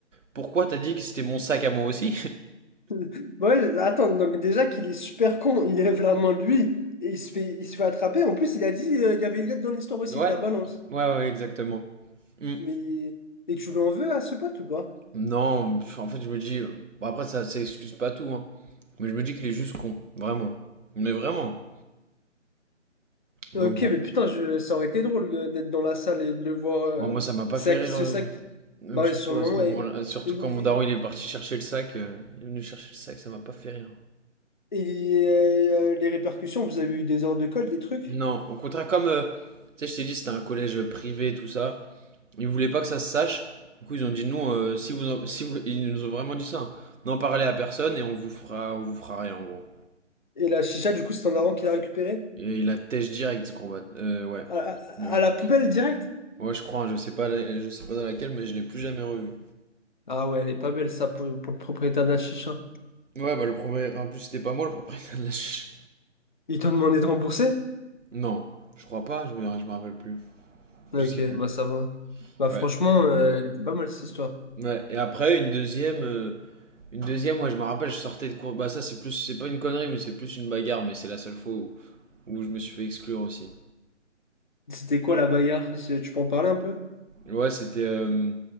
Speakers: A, on the right; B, on the left.
A: Pourquoi t'as dit que c'était mon sac à moi aussi
B: <laughs> Ouais, attends, donc déjà qu'il est super con, il lève la main lui et il se fait, il se fait attraper. En plus, il a dit euh, il y avait Elliot dans l'histoire
A: <laughs>
B: aussi,
A: Ouais,
B: ta balance.
A: ouais, ouais, exactement. Hmm.
B: Mais et tu l'en veux à ce pote ou pas?
A: Non, pff, en fait, je me dis. euh, bon, après, ça, ça excuse pas tout, hein. Mais je me dis qu'il est juste con, vraiment. Mais vraiment.
B: Ok,
A: Donc, bon.
B: mais putain, je... ça aurait été drôle euh, d'être dans la salle et de le voir. euh,
A: Bon, moi, ça m'a pas
B: C'est
A: fait
B: à
A: rire,
B: qui ce
A: euh,
B: sac?
A: même
B: Bah ouais,
A: surtout
B: sur le
A: à
B: moment.
A: ce moment-là,
B: Et,
A: surtout
B: et,
A: quand mon daron il est parti chercher le sac, euh, il est venu chercher le sac, ça m'a pas fait rire.
B: et, euh, euh, les répercussions, vous avez eu des heures de colle, des trucs?
A: Non, au contraire, comme euh, tu sais, je t'ai dit, c'était un collège privé, tout ça, ils voulaient pas que ça se sache. Du coup, ils ont dit non, euh, si vous, en- si vous- ils nous ont vraiment dit ça, hein. n'en parlez à personne et on vous fera, on vous fera rien en gros.
B: Et la chicha, du coup, c'est un avant qui l'a récupérée
A: Et il a têche direct ce gros bat. Euh, ouais,
B: À, à-
A: ouais,
B: à la poubelle direct?
A: ouais, je crois, hein, je sais pas, la- je sais pas dans laquelle, mais je l'ai plus jamais revu.
B: Ah ouais, elle est pas belle, ça, pour, pour le propriétaire de la chicha.
A: Ouais, bah le premier, en plus c'était pas moi le propriétaire de la ch-
B: Ils t'ont demandé de rembourser?
A: Non, je crois pas, je me, je me rappelle plus.
B: Ok,
A: Je sais plus.
B: bah ça va. Bah
A: Ouais.
B: franchement, euh, elle était pas mal cette histoire.
A: Ouais. Et après, une deuxième, euh, une deuxième, moi je me rappelle, je sortais de cours. Bah, ça, c'est plus, c'est pas une connerie, mais c'est plus une bagarre, mais c'est la seule fois où, où je me suis fait exclure aussi.
B: C'était quoi la bagarre? C'est- Tu peux en parler un peu?
A: Ouais, c'était. euh,